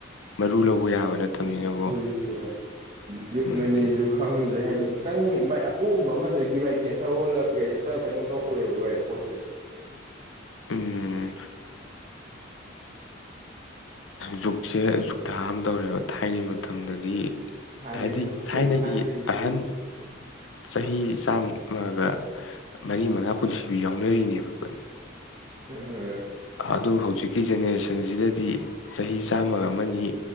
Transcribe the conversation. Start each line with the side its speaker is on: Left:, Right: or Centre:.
Left: ꯃꯔꯨ ꯂꯧꯕ
Right: ꯎꯝ
Left: ꯌꯥꯕ ꯅꯠꯇꯕꯅꯤꯅꯀꯣ
Right: ꯍꯧꯖꯤꯛꯁꯤꯚꯥꯏ ꯌꯖꯨꯛꯅꯅꯤꯁꯨꯨ
Left: ꯎꯝ
Right: ꯈꯪꯗ꯭ꯔꯦ ꯍꯥꯏꯗꯤ ꯈꯤꯇꯪ ꯚꯥꯏ ꯑꯄꯣꯝꯕ ꯑꯃꯗꯒꯤ ꯚꯥꯏ ꯀꯦꯟꯁꯔ ꯑꯣꯜꯂꯒ ꯍꯦꯛꯇ ꯀꯩꯅꯣ ꯇꯧꯔꯦꯕ ꯚꯥꯏ ꯄꯣꯠꯁꯦ
Left: ꯎꯝ ꯖꯨꯛꯁꯦ ꯖꯨꯛ ꯊꯥ ꯑ ꯑꯃ ꯇꯧꯔꯦꯕ ꯊꯥꯏꯅꯩ ꯃꯇꯝꯗꯗꯤ
Right: ꯍꯥꯟꯅꯒꯤ
Left: ꯍꯥꯏꯗꯤ
Right: ꯅꯠꯇ꯭ꯔꯦ
Left: ꯊꯥꯏꯅꯒꯤ
Right: ꯍꯥꯟꯅꯒꯤꯗꯤ
Left: ꯑꯍꯟ ꯆꯍꯤ ꯆꯥꯝ ꯃꯥꯒ ꯃꯔꯤ ꯃꯉꯥ ꯄꯨꯟꯁꯤꯕꯨ ꯌꯥꯎꯅꯔꯤꯅꯦꯕꯀ ꯑꯩ
Right: ꯎꯝ
Left: ꯑꯗꯨ ꯍꯧꯖꯤꯛꯀꯤ ꯖꯦꯅꯦꯔꯦꯁꯟꯁꯤꯗꯗꯤ ꯆꯍꯤ ꯆꯥꯝꯃꯒ ꯑꯃꯅꯤ